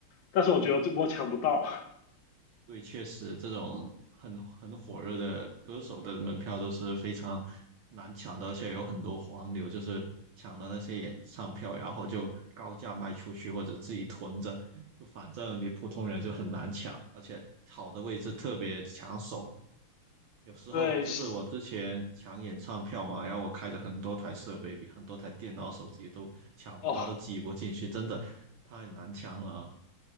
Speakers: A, on the left (about 65°); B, on the right (about 70°).
A: 但是我觉得我抢不到。
B: 嗯，对，确实这种很很火热的歌手的门票都是非常难抢的，而且有很多黄牛，就是抢了那些演唱票，然后就高价卖出去或者自己囤着，就反正你普通人就很难抢，而且好的位置特别抢手，
A: <laughs>
B: 有时候就是我之前抢演唱票嘛，
A: 对，是
B: 然后我开着很多台设备，比很多台电脑、手机都抢不到，
A: 哦，
B: 都挤不进去，真的太难抢了。